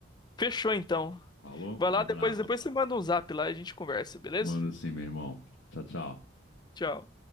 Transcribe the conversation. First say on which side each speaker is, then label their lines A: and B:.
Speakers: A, on the left (about 20°); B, on the left (about 85°).
A: Fechou, então.
B: Falou?
A: Vai
B: Um
A: lá,
B: abraço.
A: depois, depois você manda um zap lá e a gente conversa, beleza?
B: Manda sim, meu irmão. Tchau, tchau.
A: Tchau.